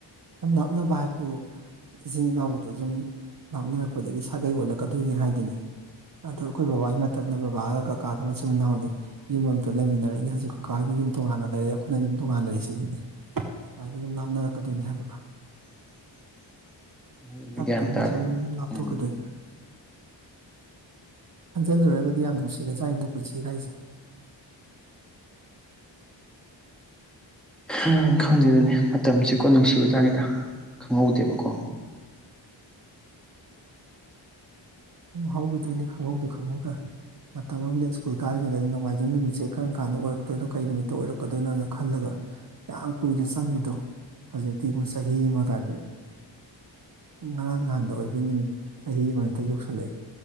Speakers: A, on the right; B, in the centre.
A: ꯁꯨꯝ ꯂꯥꯞꯅꯕ ꯍꯥꯏꯕꯨ ꯏꯆꯤꯟ ꯏꯅꯥꯎꯕꯧꯇꯖꯨꯅꯤ ꯂꯥꯞꯅꯔꯛꯄꯗꯒꯤ ꯁꯥꯒꯩ ꯑꯣꯜꯂꯛꯀꯗꯣꯏꯅꯤ ꯍꯥꯏꯗꯨꯅꯤ ꯑꯗꯣ ꯑꯩꯈꯣꯏ ꯕꯕꯥꯒꯤ ꯃꯇꯝꯗ ꯕꯕꯥꯒ ꯀꯀꯥꯒ ꯃꯆꯤꯟ ꯃꯅꯥꯎꯅꯤ ꯌꯨꯝ ꯑꯝꯇ ꯂꯩꯃꯤꯟꯅꯔꯛꯏꯅꯦ ꯍꯧꯖꯤꯛ ꯀꯀꯥ ꯍꫭꯏꯅ ꯌꯨꯝ ꯇꯣꯉꯥꯟꯅ ꯂꯩꯔꯦ ꯑꯩꯈꯣꯏꯅ ꯑꯗꯨꯝ ꯇꯣꯉꯥꯟꯅ ꯂꯩꯔꯤꯏꯁꯤꯅꯤꯅꯦ ꯁꯨꯃꯥꯏꯅ ꯑꯗꯨꯝ ꯂꯥꯞꯅꯔꯛꯀꯗꯣꯏꯅꯦ ꯍꯥꯏꯕ
B: <inaudible>
A: ꯊꯞ
B: ꯒ꯭ꯌꯥꯟ
A: ꯊꯞꯅ
B: ꯇꯥꯗꯦ
A: ꯁꯨꯝ ꯂꯥꯞ
B: ꯎꯝ
A: ꯊꯣꯛꯀꯤꯗꯣꯏꯅꯤ ꯍꯟꯖꯤꯜꯂꯨꯔꯒꯗꯤ ꯌꯥꯝ ꯅꯨꯡꯁꯤꯒꯖꯥꯅꯤꯗ ꯄꯨꯟꯁꯤꯒꯥꯏꯁꯦ
B: ꯍꯝ ꯈꯪꯗꯦꯗꯨꯅꯦ ꯃꯇꯝꯁꯦꯀꯣ ꯅꯨꯡꯁꯤꯕꯖꯥꯅꯤꯗ ꯈꯪꯍꯧꯗꯦꯕꯀꯣ
A: ꯁꯨꯝ ꯍꯧꯈꯤꯗꯣꯏꯅꯤ ꯈꯪꯍꯧꯗ ꯈꯪꯍꯧꯗ ꯃꯇꯝ ꯑꯃꯗ ꯁ꯭ꯀꯨꯜ ꯀꯥꯔꯤꯉꯩꯗꯗꯤ ꯅꯣꯡꯃꯥꯏꯖꯤꯡ ꯅꯨꯃꯤꯠꯁꯦ ꯀꯔꯝ ꯀꯥꯟꯗ ꯑꯣꯏꯔꯛꯇꯣꯏꯅꯣ ꯀꯔꯤ ꯅꯨꯃꯤꯠꯇ ꯑꯣꯏꯔꯛꯀꯗꯣꯏꯅꯣꯅ ꯈꯜꯂꯒ ꯌꯥꯝ ꯀꯨꯏꯅ ꯆꯪꯕꯗꯣ ꯍꯧꯖꯤꯛꯇꯤꯃꯨ ꯆꯍꯤ ꯑꯃ ꯀꯥꯏꯁꯦ ꯉꯔꯥꯡ ꯅꯍꯥꯟꯗ ꯑꯣꯏꯕꯩ ꯅꯤꯡꯉꯤ ꯆꯍꯤ ꯑꯃꯅꯤꯇ ꯌꯧꯁꯜꯂꯛꯏ